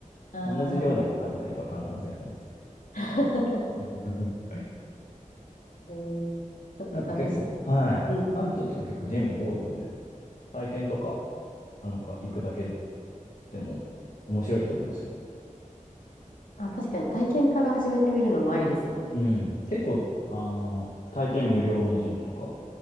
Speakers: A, on the left; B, on the left.
A: あ
B: 同じ量だけ食べてれば必ず痩せますね。
A: あ。
B: 結構。
A: <laughs>
B: <laughs>
A: えー、ちょっと試して。
B: なんか結構、はい。
A: うん。
B: 関東とか結構ジム多いので、体験とか、あ、なんか行くだけでも面白いと思いますよ。
A: あ、確かに体験から始めてみるのもありですね。
B: うん。結構、あの、体験無料のジムとか